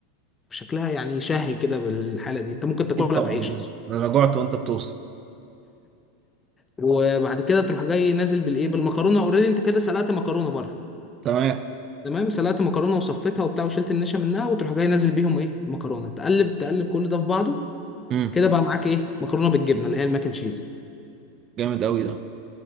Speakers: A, on the left; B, on the right.
A: شكلها يعني شهي كده بالحاله دي انت ممكن تاكلها
B: أكيد طبعا
A: بعيش
B: يعني
A: اصلا
B: أنا جوعت وأنت بتوصل
A: وبعد كده تروح جاي نازل بالايه بالمكرونه اوريدي انت كده سلقت مكرونه بره
B: تمام
A: تمام سلقت مكرونه وصفيتها وبتاع وشلت النشا منها وتروح جاي نازل بيهم ايه المكرونه تقلب تقلب كل ده في بعضه
B: امم
A: كده بقى معاك ايه مكرونه بالجبنه اللي هي الماك اند تشيز
B: جامد قوي ده